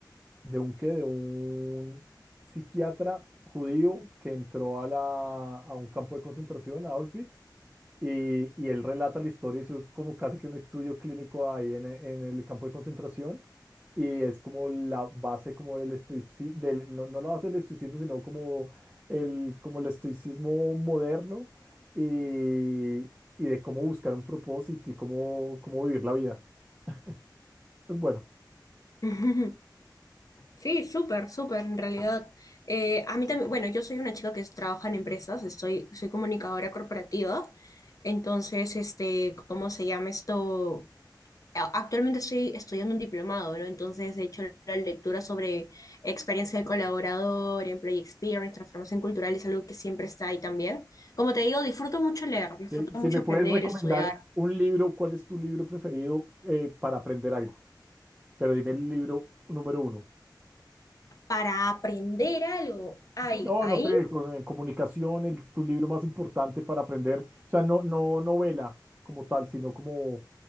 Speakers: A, on the right; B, on the left.
A: de un qué, de un psiquiatra judío que entró a, la, a un campo de concentración, a Auschwitz Y, y él relata la historia, eso es como casi que un estudio clínico ahí en, e- en el campo de concentración, y es como la base como del estoicismo, del, no, no la base del estoicismo, sino como el, como el estoicismo moderno y, y de cómo buscar un propósito y cómo, cómo vivir la vida. <laughs> Pues bueno,
B: <laughs> Sí, súper, súper, en realidad. Eh, a mí también, bueno, yo soy una chica que trabaja en empresas, estoy, soy comunicadora corporativa, entonces, este, ¿cómo se llama esto? A- Actualmente estoy estudiando un diplomado, ¿no? Entonces, de hecho la lectura sobre experiencia del colaborador, employee experience, transformación cultural, es algo que siempre está ahí también. Como te digo, disfruto mucho leer, disfruto
A: ok, Si
B: mucho
A: me
B: aprender,
A: puedes recomendar
B: estudiar.
A: un libro, ¿cuál es tu libro preferido eh, para aprender algo? Pero dime el libro número uno.
B: Para aprender algo, hay
A: Sí, no,
B: ahí
A: no sé, co- en comunicación, el, tu libro más importante para aprender, o sea, no, no novela como tal, sino como,